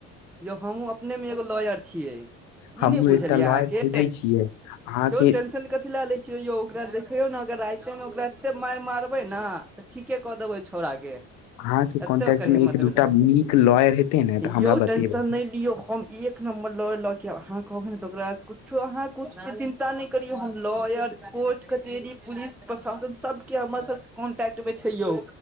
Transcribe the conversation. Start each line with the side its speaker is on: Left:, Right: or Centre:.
Centre: यौ हमहुँ अपने मे एगो लॉयर छियै ई
Left: हमहुँ
Centre: नहि बुझलियै
Left: एकटा लॉयर
Centre: अहाँके
Left: खोजै छियै अहाँके
Centre: बहुत टेंशन कथी ल देख यौ, ओकरा देखैयौ ने, अगर रातिमे ओकरा एते मारबै ने। ठीके कऽ देबै छौड़ाके।
Left: अहाँके
Centre: एते
Left: कॉन्टेक्ट
Centre: ओकर
Left: मे
Centre: हिम्मत
Left: एक दूटा
Centre: भेले
Left: नीक लॉयर हेतै ने तऽ
Centre: यौ
Left: हमरा बतेबै
Centre: टेंशन नहि लियौ हम एक एक नम्बर लॉयर लऽ के आब अहाँ कहबै ने तऽ ओकरा कछो अहाँ कछ चिन्ता नहि करियौ हम लॉयर कोर्ट कचेरी पुलिस प्रशासन सभके हमर सभके कॉन्टैक्ट मे छै यौ।